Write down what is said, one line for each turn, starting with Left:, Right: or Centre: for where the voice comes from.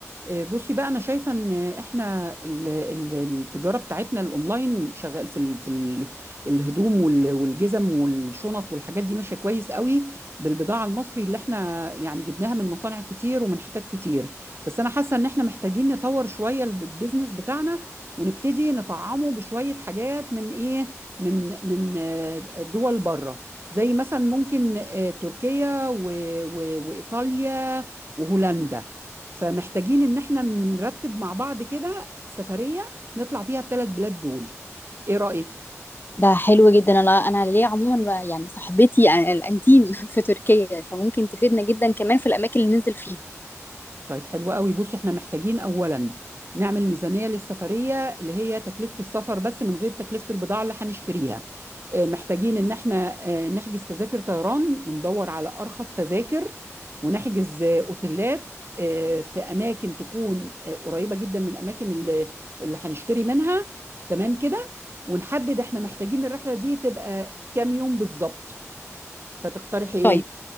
Right: آه، بصي بقى انا شايفه ان احنا ال- ال- التجاره بتاعتنا الاونلاين شغال في ال في ال الهدوم وال- والجزم والشنط والحاجات دي ماشيه كويس قوي بالبضاعه المصري اللي احنا يعني جبناها من مصانع كتير ومن حتت كتير بس انا حاسه ان احنا محتاجين نطور شويه الب- البيزنس بتاعنا ونبتدي نطعمه بشويه حاجات من ايه من من آه، دول بره زي مثلا ممكن آه، تركيا و- و- وايطاليا وهولندا فمحتاجين ان احنا نرتب مع بعض كده سفرية نطلع فيها الثلاث بلاد دول ايه رأيك
Left: ده حلو جدا انا انا ليا عموما يعني صاحبتي الانتيم <laughs> في تركيا فممكن تفيدنا جدا كمان في الاماكن اللي ننزل فيها
Right: طيب حلو قوي بص احنا محتاجين اولا نعمل ميزانية للسفرية اللي هي تكلفة السفر بس من غير تكلفة البضاعة اللي هنشتريها آه، محتاجين ان احنا آه، نحجز تذاكر طيران وندور على ارخص تذاكر ونحجز آه، اوتيلات آه، في اماكن تكون آه، قريبة جدا من اماكن اللي اللي هنشتري منها تمام كده ونحدد احنا محتاجين الرحلة دي تبقى كام يوم بالظبط فتقترحي ايه
Left: طيب